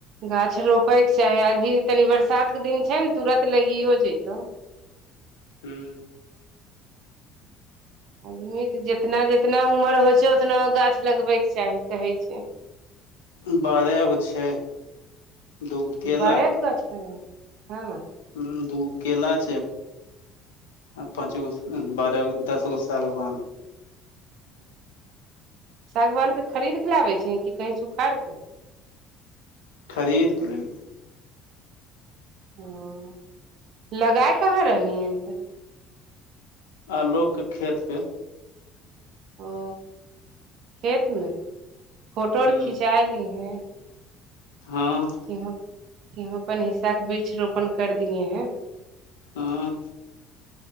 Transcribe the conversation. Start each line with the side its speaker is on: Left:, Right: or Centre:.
Right: गाछ रोपैके चाही अभी तलिये बरसातके दिन छै ने तुरत लैगियो जेतै
Left: हूँ
Right: आदमीके जितना जितना उमर होइ छै ओतना गाछ लगबैके चाही कहै छै
Left: ई बारऽ गो छै दूगो केला
Right: बारऽ गो गाछ कना हँ
Left: ह <unintelligible> दू गो केला छै आ पाँच गो बारह दस गो सागवान
Right: हू सागवान के खरीद के लाबै छै कि कहीं उखाड़ क
Left: खरीदकेऽ लौलियै
Right: ह लगाय कहाँ रहली हन तऽ
Left: आलोक के खेत पे
Right: ओ खेत मे फोटो आर
Left: ह
Right: खिचाय लीह
Left: हँ
Right: कि हम कि हम अप्पन हिस्साके बृक्ष रोपण कर दिए ह
Left: आं